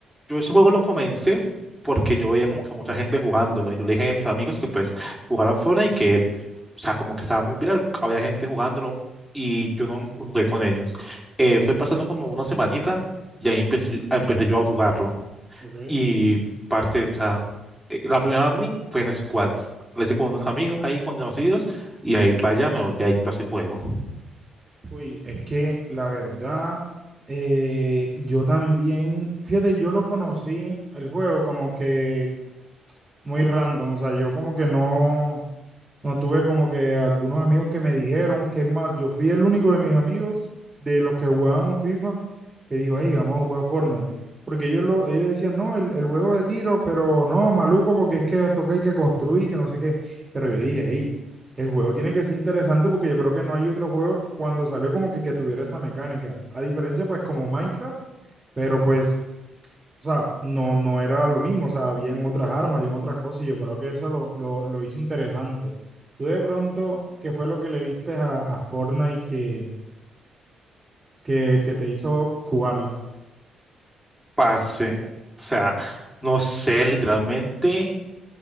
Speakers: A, in the centre; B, on the right.
A: yo ese juego lo comencé porque yo veía como que mucha gente jugándolo. Y yo le dije a mis amigos que pues jugaran Fortnite y que, o sea, como que estaba muy viral. Había gente jugándolo y yo no jugué con ellos. Eh, fue pasando como una semanita y ahí empecé, empecé yo a jugarlo.
B: Okay.
A: Y, parce, o sea, eh, la primera win fue en squads. Lo hice con unos amigos ahí conocidos y ahí para allá me volví adicto a ese juego.
B: Uy, es que la verdad, eh, yo también, fíjate, yo lo conocí el juego como que muy random, o sea, yo como que no. No tuve como que algunos amigos que me dijeron que es más, yo fui el único de mis amigos de los que jugábamos FIFA que dijo, ahí vamos a jugar Fortnite. Porque ellos, lo, ellos decían, no, el, el juego de tiro, pero no, maluco, porque es que toca hay que construir, que no sé qué. Pero yo dije, hey, el juego tiene que ser interesante porque yo creo que no hay otro juego cuando salió como que, que tuviera esa mecánica. A diferencia, pues, como Minecraft, pero pues o sea, no, no era lo mismo, o sea, habían otras armas, habían otras cosas, y yo creo que eso lo, lo, lo hizo interesante. Tú de pronto, ¿qué fue lo que le viste a, a Fortnite que, que, que te hizo jugarlo?
A: Parce, o sea, no sé, literalmente,